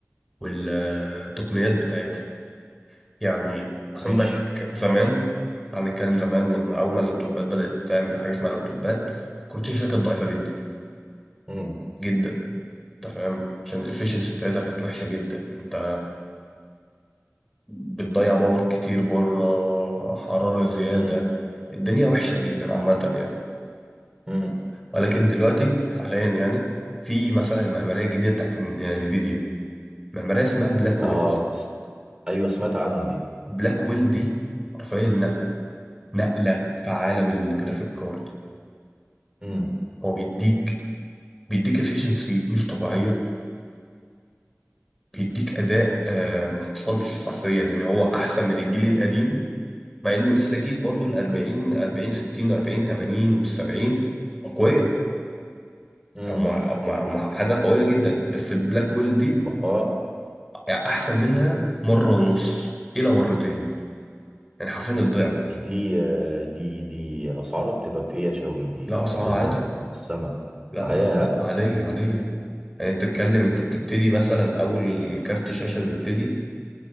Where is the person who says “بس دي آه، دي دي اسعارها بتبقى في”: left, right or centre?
Right